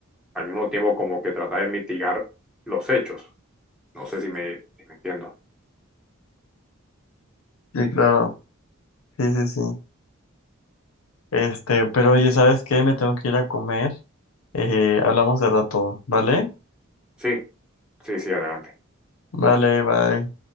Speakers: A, in the centre; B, on the left (about 85°).
A: al mismo tiempo como que tratar de mitigar los hechos. No sé si me, si me entiendo.
B: Sí, claro, sí, sí, sí. Este, pero oye, ¿sabes qué? Me tengo que ir a comer. Eh, hablamos de rato, ¿vale?
A: Sí, sí, sí, adelante.
B: Vale, bye.